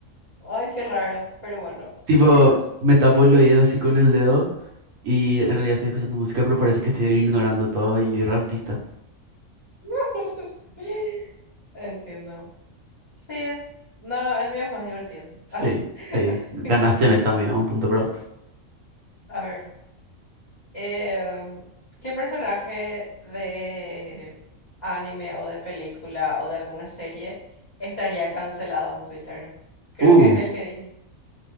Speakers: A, on the left; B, on the right.
A: Ay, qué raro, pero bueno, simpático
B: tipo,
A: es.
B: me tapo el oído así con el dedo y en realidad estoy escuchando música, pero parece que estoy ignorando todo y re autista.
A: <laughs> Entiendo. Sí, no, el mío es más divertido.
B: Sí,
A: Arre. <laughs>
B: sí. Ganaste en esta, amiga, un punto para vos.
A: A ver, em, ¿qué personaje de anime o de película o de alguna serie estaría cancelado en Twitter? Creo
B: Uh,
A: que es el que